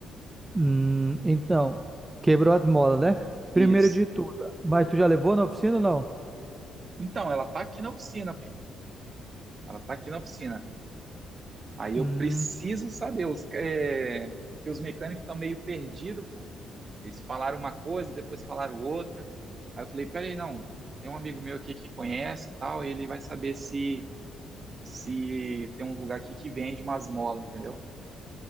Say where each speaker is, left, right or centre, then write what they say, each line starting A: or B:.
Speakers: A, on the right; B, on the right.
A: Hum, então, quebrou as molas, né? Primeiro
B: Isso.
A: de tudo. Mas tu já levou na oficina ou não?
B: Então, ela tá aqui na oficina, pô. Ela tá aqui na oficina. Aí
A: Hum.
B: eu preciso saber os que, é, que os mecânicos estão meio perdidos, pô. Eles falaram uma coisa, depois falaram outra. Aí eu falei, peraí, não, tem um amigo meu aqui que conhece e tal, ele vai saber se se tem um lugar aqui que vende umas molas, entendeu?